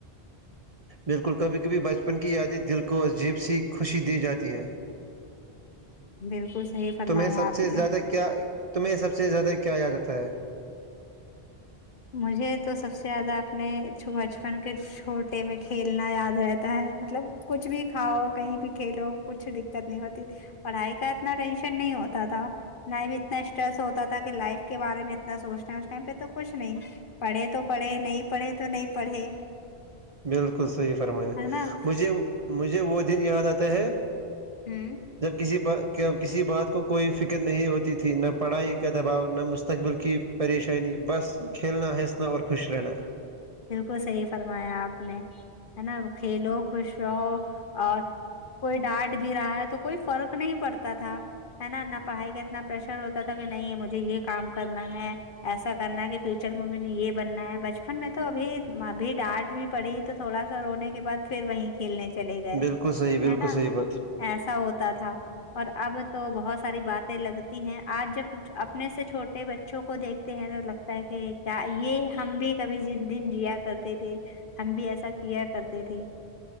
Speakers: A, on the right; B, on the left.
A: بالکل کبھی کبھی بچپن کی یادیں دل کو عجیب سی خوشی دی جاتی ہے
B: بالکل صحیح فرمایا
A: تمہیں سب
B: آپ
A: سے
B: نے
A: زیادہ کیا تمہیں سب سے زیادہ کیا یاداتتا ہے
B: مجھے تو سب سے زیادہ اپنے بچپن کے چھوٹے میں کھیلنا یاد رہتا ہے مطلب کچھ بھی کھاؤ کہیں بھی کھیلو کچھ دقت نہیں ہوتی تھی پڑھائی کا اتنا ٹینشن نہیں ہوتا تھا میں بھی اتنا اسٹریس ہوتا تھا کہ لائف کے بارے میں اتنا سوچنا ہے اس ٹائم پہ تو کچھ نہیں پڑھے تو پڑھے نہیں پڑھے تو نہیں پڑھے
A: بالکل صحیح فرمایا
B: ہے نا
A: مجھے مجھے وہ دن یاد آتا ہے
B: ہوں
A: جب کسی کسی بات کو کوئی فکر نہیں ہوتی تھی نہ پڑھائی کا دباؤ نہ مستقبل کی پریشانی بس
B: ہ
A: کھیلنا ہنسنا اور خوش رہنا
B: بالکل صحیح فرمایا آپ نے ہے نا کھیلو خوش رہو اور کوئی ڈانٹ بھی رہا ہے تو کوئی فرق نہیں پڑتا تھا ہے نا نہ پڑھائی کا اتنا پریشر ہوتا تھا کہ نہیں مجھے یہ کام کرنا ہے ایسا کرنا ہے کہ فیوچر میں مجھے یہ بننا ہے بچپن میں تو تو ابھی ابھی ڈانٹ بھی پڑی تو تھوڑا سا رونے کے بعد پھر وہیں کھیلنے چلے گئے
A: بالکل صحیح بالکل
B: ہے نا
A: صحیح بات
B: ایسا ہوتا تھا اور اب تو بہت ساری باتیں لگتی ہیں آج جب اپنے سے چھوٹے بچوں کو دیکھتے ہیں تو لگ کہ کیا یہ ہم بھی کبھی دن جیا کرتے تھے ہم بھی ایسا کیا کرتے تھے